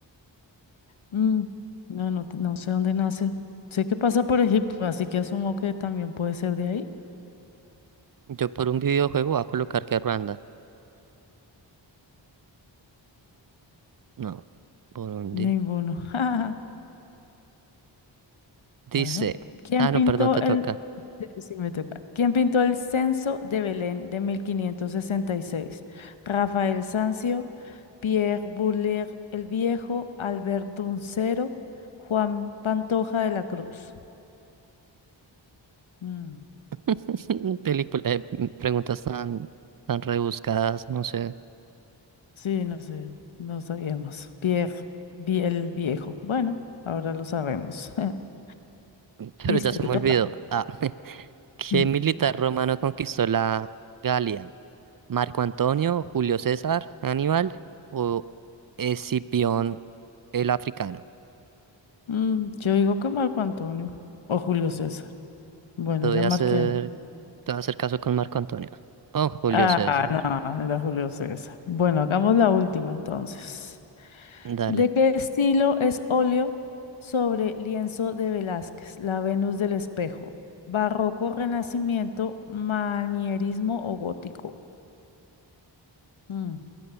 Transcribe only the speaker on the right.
Yo por un videojuego voy a colocar que Ruanda. No, Burundi.
Dice.
Ah,
no, perdón, te
toca.
<laughs> Película, eh, preguntas tan, tan rebuscadas, no sé.
Pero
ya se
me
olvidó. Ah, <laughs> ¿qué
militar romano conquistó la Galia? ¿Marco Antonio, Julio César, Aníbal o Escipión el africano?
Te voy
a
hacer, te voy a hacer caso con Marco Antonio. Oh, Julio
César.
Dale.